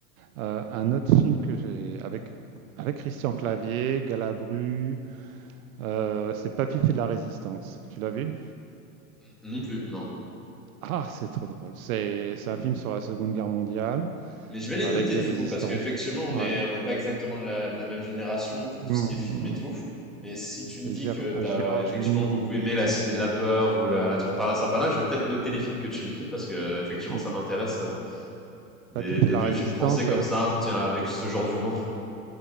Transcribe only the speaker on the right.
Heu, un autre film que j'ai avec avec Christian Clavier, Galabru, heu, c'est Papy fait de la résistance. Tu l'as vu?
Ah, c'est trop drôle. C'est c'est un film sur la Seconde Guerre mondiale
avec
des
résistants.
Ouais.
Mmh,
mmh,
mmh
et
Gér
un
Gérard
Jugnot,
heu,
mmh
mh.
Papy fait
de la
résistance,
heu,
c
c'est
très
drôle.